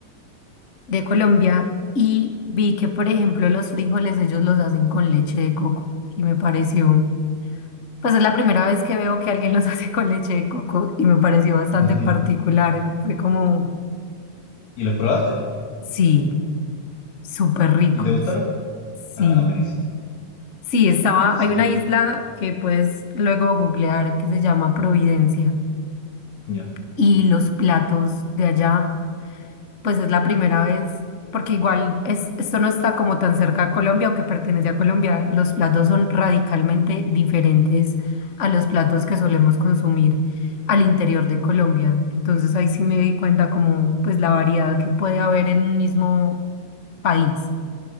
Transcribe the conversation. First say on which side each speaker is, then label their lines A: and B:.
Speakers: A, on the left (about 45°); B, on the left (about 70°).
A: de Colombia y vi que, por ejemplo, los frijoles ellos los hacen con leche de coco y me pareció, pues es la primera vez que veo que alguien los <laughs> hace con leche de coco y me pareció bastante
B: Ujú.
A: particular. Fue como,
B: ¿Y los probaste?
A: sí, súper ricos.
B: ¿Y te gustaron?
A: Sí.
B: Ah, buenísimo.
A: Sí, estaba,
B: Sí,
A: hay una isla que puedes luego googlear que se llama Providencia
B: ya.
A: y los platos de allá, pues es la primera vez, porque igual es, esto no está como tan cerca a Colombia, aunque pertenece a Colombia, los platos son radicalmente diferentes a los platos que solemos consumir al interior de Colombia. Entonces ahí sí me di cuenta como pues la variedad que puede haber en un mismo país.